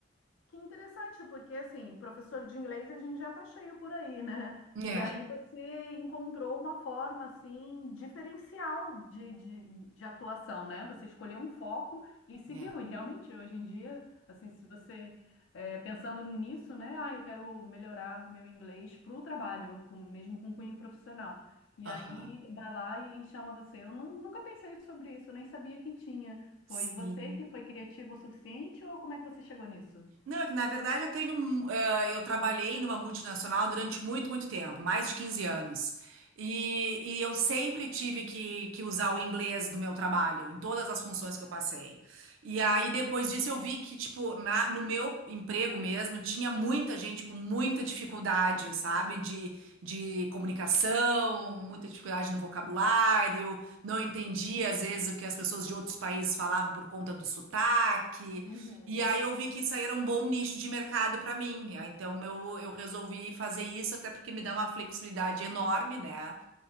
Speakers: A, on the left (about 80°); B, on the right (about 85°).
A: Que interessante, porque assim, professor de inglês a gente já tá cheio por aí, né?
B: É.
A: E aí você encontrou uma forma assim diferencial de, de, de atuação, né? Você escolheu um foco e seguiu.
B: É.
A: E realmente hoje em dia, assim, se você é, pensando nisso, né? Ah, eu quero melhorar o meu inglês para o trabalho, com- mesmo com cunho profissional. E
B: Aham.
A: aí vai lá e chama você. Eu nu- nunca pensei sobre isso, nem sabia que tinha.
B: Sim.
A: Foi você que foi criativo o suficiente ou como é que você chegou nisso?
B: Não, é que na verdade eu tenho, um, eh, eu trabalhei numa multinacional durante muito, muito tempo, mais de 15 anos. E, e eu sempre tive que, que usar o inglês no meu trabalho, em todas as funções que eu passei. E aí depois disso eu vi que, tipo, na, no meu emprego mesmo, tinha muita gente com muita dificuldade, sabe? De, de comunicação, muita dificuldade no vocabulário, não entendia às vezes o que as pessoas de outros países falavam por conta do sotaque.
A: Uhum.
B: E aí eu vi que isso aí era um bom nicho de mercado para mim. Ah, Então eu, eu resolvi fazer isso, até porque me dá uma flexibilidade enorme, né?